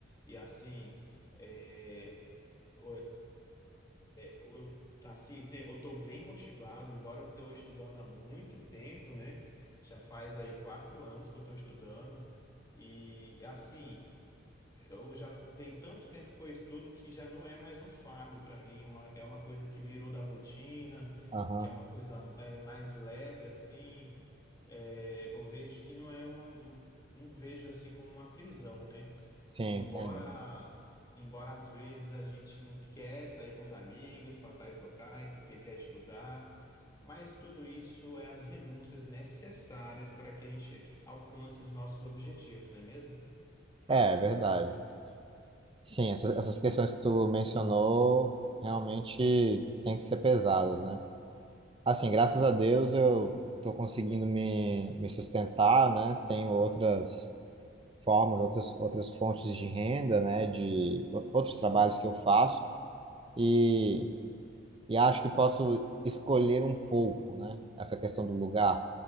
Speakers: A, on the left; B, on the right.
A: E assim, eh, o- eh, eu, assim, te- eu estou bem motivado, embora eu estou estudando há muito tempo, né? Já faz aí quatro anos que eu estou estudando. E assim, eu já tem tanto tempo que eu estudo que já não é mais um fardo para mim, uma, é uma coisa que virou da rotina,
B: Aham.
A: que é uma coisa é, mais leve assim. É, eu vejo que não é uma, um- não vejo assim como uma prisão, né?
B: Sim,
A: Embora,
B: entendi.
A: embora às vezes a gente não quer sair com os amigos para tais locais porque quer estudar, mas tudo isso é as renúncias necessárias para que a gente alcance os nossos objetivos, não é mesmo?
B: É, é verdade. Sim, essas, essas questões que tu mencionou realmente têm que ser pesadas, né? Assim, graças a Deus eu estou conseguindo me, me sustentar, né? Tenho outras formas, outras, outras fontes de renda, né? De o- outros trabalhos que eu faço e, e acho que posso escolher um pouco, né? Essa questão do lugar,